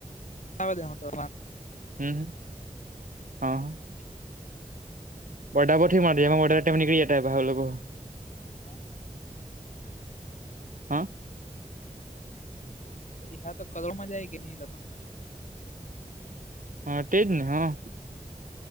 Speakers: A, on the left; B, on the right.
A: આવે છે તો
B: હ, હ, હા, હ. બર્થડે માંથી પાછા નીકળી જાય બધા લોકો.
A: હા.
B: હા.
A: હ, તો કદોળમાં જાય કે ની, એ લોકો તો.
B: હા, તેજ ને હા.